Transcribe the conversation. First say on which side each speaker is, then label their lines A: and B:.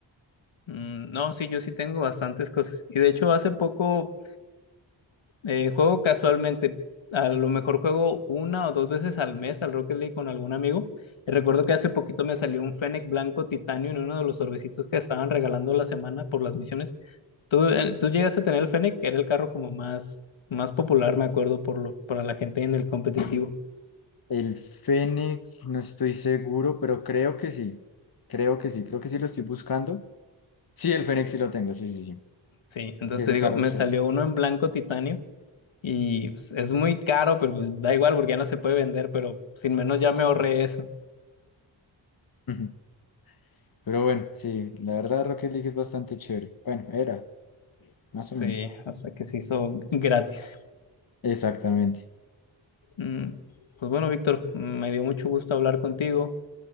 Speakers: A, on the left; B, on the left.
A: Mm, No, sí, yo sí tengo bastantes cosas. Y de hecho, hace poco Eh, juego casualmente, a lo mejor juego una o dos veces al mes al Rocket League con algún amigo. Y recuerdo que hace poquito me salió un Fennec blanco titanio en uno de los sobrecitos que estaban regalando la semana por las misiones. ¿Tú, eh, tú llegaste a tener el Fennec? Era el carro como más, más popular, me acuerdo, por lo, para la gente en el competitivo.
B: El Fennec, no estoy seguro, pero creo que sí. Creo que sí, creo que sí lo estoy buscando. Sí, el Fennec sí lo tengo, sí, sí, sí.
A: Sí, entonces
B: Sí, ese
A: te digo,
B: carro
A: me
B: es chévere.
A: salió uno en blanco titanio. Y pues, es muy caro, pero pues, da igual porque ya no se puede vender, pero sin menos ya me ahorré eso.
B: Ujú. Pero bueno, sí, la verdad Rocket League es bastante chévere. Bueno, era, más
A: Sí,
B: o menos.
A: hasta que se hizo gratis.
B: Exactamente.
A: Mm, Pues bueno, Víctor, me dio mucho gusto hablar contigo.